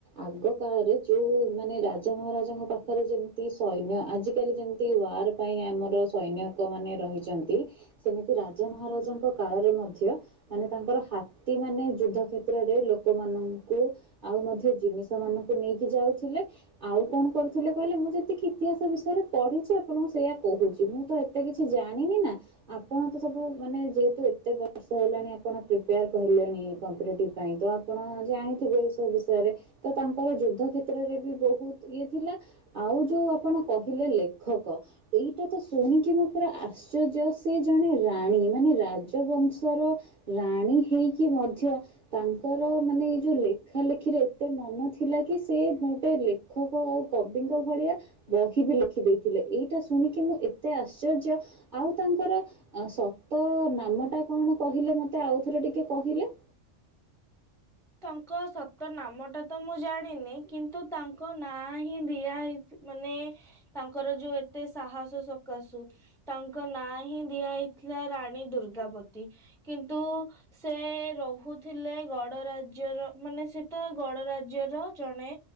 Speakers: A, on the right; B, in the centre.
A: ଆଗ କାଳରେ ଯୋଉ ମାନେ ରାଜା ମହାରାଜାଙ୍କ ପାଖରେ ଯେମିତି ସୈନ୍ୟ ଆଜିକାଲି ଯେମିତି ୱାର୍- ପାଇଁ ଆମର ସୈନ୍ୟୈକ ମାନଙ୍କ ରହିଛନ୍ତି ସେମିତି ରାଜା ମହାରାଜାଙ୍କ କାଳରେ ମଧ୍ୟ- ମାନେ ତାଙ୍କର ହାତୀ ମାନେ ଯୁଦ୍ଧ କ୍ଷେତ୍ରରେ ଲୋକମାନଙ୍କୁ- ଆଉ ମଧ୍ୟ ଜିନିଷ ମାନଙ୍କୁ ନେଇକି ଯାଉଥିଲେ। ଆଉ କଣ କରୁଥିଲେ କହିଲେ ମୁଁ ଯେତିକି ଇତିହାସ ବିଷୟରେ ପଢିଛି ଆପଣଙ୍କୁ ସେୟା କହୁଛି, ମୁଁ ତ ଏ ଏତେ କିଛି ଜାଣିନି ନା। ଆପଣ ତ ସବୁ ମାନେ ଯେହେତୁ ଏତେ ବର୍ଷ ହେଲାଣି ଆପଣ ପ୍ରିପେୟାର ହେଲେଣି କମ୍ପିଟେଟିପ୍ ପାଇଁ ତ ଆ ଆପଣ ଜାଣିଥିବେ ଏ ସବୁ ବିଷୟରେ ତ ତାଙ୍କର ଯୁଦ୍ଧ କ୍ଷେତ୍ରରେ ବି ବହୁତ ଇଏ ଥିଲା। ଆଉ ଯୋଉ ଆପଣ କହିଲେ ଲେଖକ ଏଇଟା ତ ଶୁଣିକି ମୁଁ ପୁରା ଆଶ୍ଚର୍ଯ୍ୟ ସେ ଜଣେ ରାଣୀ ମାନେ ରାଜବଂଶର ରାଣୀ ହେଇକି ମଧ୍ୟ ତାଙ୍କର ମାନେ ଏଇ ଯେଉଁ ଲେଖା ଲେଖିରେ ଏତେ ମନ ଥିଲା କି ସେ ଗୋଟେ ଖକ ଆଉ କବିଙ୍କ ଭଳିଆ ବହି ବି ଲେଖିଦେଇଥିଲେ ଏଇଟା ଶୁଣିକି ମୁଁ ଏତେ ଆଶ୍ଚର୍ଯ୍ୟ, ଆଉ ତାଙ୍କର ସତ ନାମଟା କଣ କହିଲେ ମୋତେ ଆଉଥରେ ଟିକେ କହିଲେ?
B: ତାଙ୍କ ସତ ନାମଟା ତ ମୁଁ ଜାଣିନି କିନ୍ତୁ ତାଙ୍କ ନାଁ ହିଁ ଦିଆ ହେଇ- ମାନେ ତାଙ୍କର ଯୋଉ ଏତେ ସାହସ ସକାଶୁ ତାଙ୍କ ନାଁ ହିଁ ଦିଆ ହେଇଥିଲା ରାଣୀ ଦୁର୍ଗାବତି। କିନ୍ତୁ ସେ ରହୁଥିଲେ ଗଡ ରାଜ୍ୟର ମାନେ ସେ ତ ଗଡ ରାଜ୍ୟର ଜଣେ